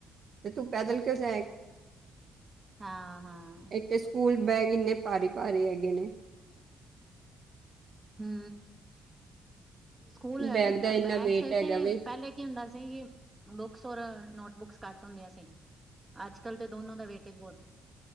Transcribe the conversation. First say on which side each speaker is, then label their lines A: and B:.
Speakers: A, on the right; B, on the right.
A: ਤੇ ਤੂੰ ਪੈਦਲ ਕੇ ਕਿਉਂ ਜਾਏ।
B: ਹਾਂ-ਹਾਂ।
A: ਇੱਕ ਤੇ ਸਕੂਲ ਬੈਗ ਇੰਨੇ ਭਾਰੇ-ਭਾਰੇ ਹੈਗੇ ਨੇ।
B: ਹੂੰ ਸਕੂਲ
A: ਬੈਗ ਦਾ ਇੰਨਾ
B: ਬੈਗਸ
A: ਵੇਟ
B: ਏ
A: ਹੈਗਾ
B: ਕਿ
A: ਵੇ
B: ਪਹਿਲੇ ਕੀ ਹੁੰਦਾ ਸੀ ਕਿ, ਬੁੱਕਸ ਔਰ ਨੋਟ ਬੁੱਕਸ ਕੱਟ ਹੁੰਦੀਆਂ ਸੀ। ਅੱਜਕੱਲ੍ਹ ਤੇ ਦੋਨੋ ਦਾ ਵੇਟੇਜ ਬਹੁਤ